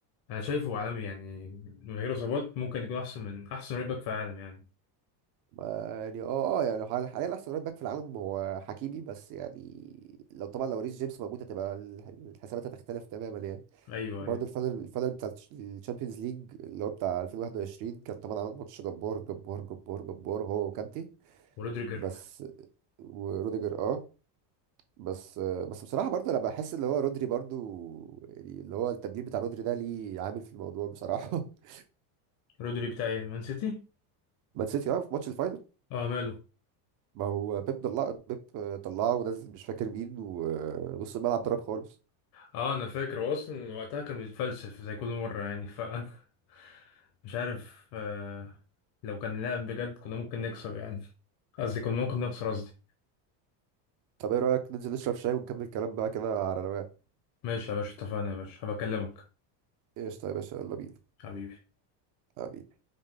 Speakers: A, on the left; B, on the right.
A: أنا شايفه عالمي يعني من غير إصابات ممكن يكون أحسن من أحسن رايت باك في العالم يعني
B: ما يعني اه اه يعني حال- حاليا احسن رايت باك في العالم هو حكيمي بس يعني لو طبعا لو ريس جيمس موجود هتبقى الح- الحسابات هتختلف تماما يعني
A: أيوه
B: وبرده
A: أيوه
B: الفاينل الفاينل بتاع الشامبيونز ليج اللي هو بتاع 2021 كان طبعا عامل ماتش جبار جبار جبار جبار هو وكانتي
A: ورودريجر
B: بس وروديجر اه بس بس بصراحة برضه أنا بحس اللي هو رودري برضه يعني اللي هو التبديل بتاع رودري ده ليه عامل في الموضوع بصراحة <laughs>
A: رودري بتاع مان سيتي
B: مان سيتي اه في ماتش الفاينل
A: اه ماله
B: ما هو بيب طلع بيب طلعه ونزل مش فاكر مين ونص الملعب ضرب خالص
A: اه انا فاكر هو اصلا وقتها كان بيتفلسف زي كل مره يعني ف <laughs> مش عارف آه لو كان لعب بجد كنا ممكن نكسب يعني قصدي كنا ممكن نخسر قصدي
B: طب ايه رأيك ننزل نشرب شاي ونكمل كلام بقى كده على رواقة
A: ماشي يا باشا اتفقنا يا باشا هبكلمك
B: قشطة يا باشا يلا بينا
A: حبيبي
B: حبيبي